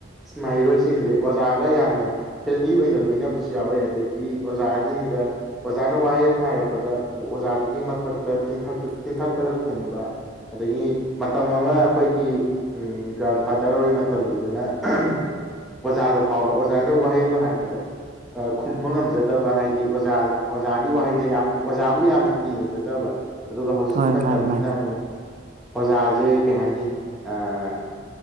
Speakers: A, in the centre; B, on the right (about 40°).
A: ꯃꯍꯩꯔꯣꯏꯁꯤꯡꯁꯦ ꯑꯣꯖꯥꯒ ꯌꯥꯝꯅ ꯐ꯭ꯔꯦꯟꯂꯤ ꯑꯣꯏꯅ ꯂꯣꯏꯅꯕꯁꯨ ꯌꯥꯎꯋꯦ ꯑꯗꯒꯤ ꯑꯣꯖꯥ ꯁꯤꯡꯗ ꯑꯣꯖꯥꯅ ꯋꯥꯍꯩ ꯑꯃ ꯍꯥꯏꯔꯛꯄꯗ ꯑꯣꯖꯥꯗꯨꯒꯤ ꯃꯊꯛꯇ ꯆꯤꯟꯊꯛ ꯆꯤꯟꯊꯛꯇꯒ ꯈꯨꯝꯕ ꯑꯗꯒꯤ ꯃꯇꯝ ꯑꯃ ꯑꯩꯈꯣꯏꯒꯤ ꯎꯝ ꯒ꯭ꯔꯥꯟꯐꯥꯗꯔ ꯑꯣꯏ ꯃꯇꯝꯒꯤꯗꯨꯅ ꯑꯍꯝ ꯑꯣꯖꯥꯗ ꯐꯥꯎꯕ ꯑꯣꯖꯥ ꯋꯥꯍꯩ ꯑꯃ ꯍꯥꯏꯔꯛꯄꯗ ꯑ-ꯈꯨꯝꯕ ꯉꯝꯖꯗꯕ ꯍꯥꯏꯗꯤ ꯑꯣꯖꯥ ꯑꯣꯖꯥꯒꯤ ꯋꯥꯍꯩꯗ ꯌꯥꯝ ꯑꯣꯖꯥ ꯕꯨ ꯌꯥꯝꯅ ꯀꯤꯅ ꯆꯠꯆꯕ ꯑꯗꯨꯒ ꯍꯧꯖꯤꯛꯀꯤ
B: ꯍꯣꯏ
A: ꯃꯇꯝꯖꯤꯅ
B: ꯃꯥꯅꯤ ꯃꯥꯅꯤ
A: ꯑꯃꯨꯛ ꯑꯣꯖꯥꯖꯦ ꯀꯩꯍꯥꯏꯅꯤ ꯑ